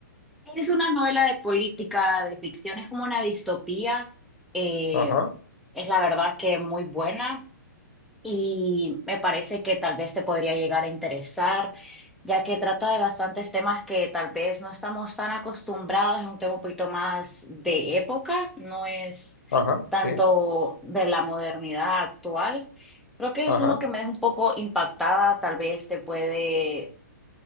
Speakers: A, in the centre; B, on the left.
A: Es una novela de política, de ficción, es como una distopía. eh,
B: Ajá,
A: es la verdad que muy buena. y me parece que tal vez te podría llegar a interesar, ya que trata de bastantes temas que tal vez no estamos tan acostumbrados, es un tema un poquito más de época, no es
B: ajá,
A: tanto
B: sí,
A: de la modernidad actual. Creo que
B: ajá,
A: es uno que me deja un poco impactada, tal vez te puede